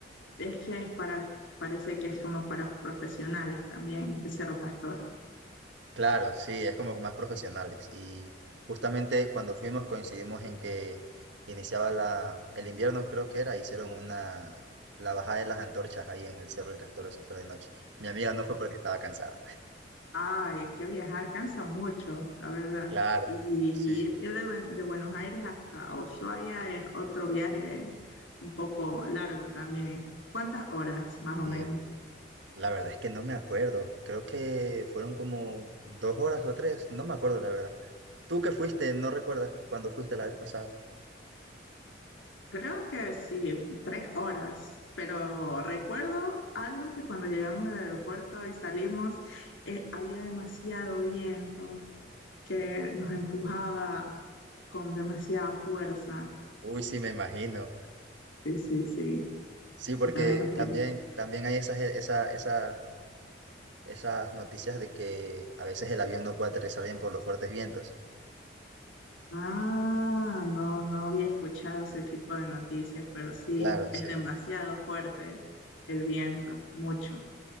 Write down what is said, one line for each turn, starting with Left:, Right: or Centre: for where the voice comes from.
Left: Es que es para, parece que es como para profesionales también, el Cerro Pastor.
Right: Claro, sí, es como que más profesionales. Y justamente cuando fuimos coincidimos en que iniciaba la, el invierno, creo que era, hicieron una, la bajada de las antorchas ahí en el Cerro del Castor, eso fue de noche. Mi amiga no fue porque estaba cansada.
Left: Ay, es que viajar cansa mucho, la verdad.
Right: Claro,
Left: Y
Right: sí.
Left: ir, ir de, Buen- de Buenos Aires hasta Ushuaia es otro viaje un poco largo también. ¿Cuántas horas más o
Right: y
Left: menos?
Right: es- la verdad es que no me acuerdo, creo que fueron como dos horas o tres, no me acuerdo la verdad. Tú que fuiste, no recuerdas cuando fuiste la vez pasada.
Left: Creo que sí, tres horas, pero recuerdo algo que cuando llegamos al aeropuerto y salimos, eh, había demasiado viento que nos empujaba con demasiada fuerza.
Right: Uy, sí, me imagino.
Left: Sí, sí, sí.
Right: Sí, porque
Left: Que también escu-
Right: también, también hay esas, e, esa, esa- esas noticias de que a veces el avión no puede aterrizar bien por los fuertes vientos.
Left: Ah, no, no había escuchado ese tipo de noticias, pero sí,
Right: Claro, sí.
Left: es demasiado fuerte el viento, mucho.